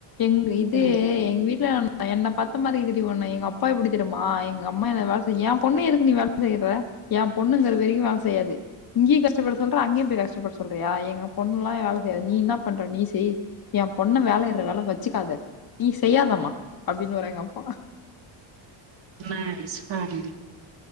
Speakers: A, on the left; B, on the right.
A: எங்கு இது
B: ம்
A: எங் வீட்ல என்ன பாத்த மாரி இர்கிதுடி ஒன்ன எங்க அப்பா எப்டி தெரிமா எங்க அம்மா என் வேலை செய் ஏன் பொண்ண எதுக்கு நீ வேல செய்ய சொற என் பொண்ணுங்கிற வரைக்கு வேல செய்யாது இங்கியு கஷ்டப்பட சொல்ற அங்கியு போய் கஷ்டப்பட சொல்றியா எங்க பொண்லா வேல செய்யாது நீ இன்ன பண்ற நீ செய் என் பொண்ண வேலயிட்ற வேல வச்சுக்காத நீ செய்யாதமா அப்டினவாரு எங்க அப்பா
B: நைஸ் மேன்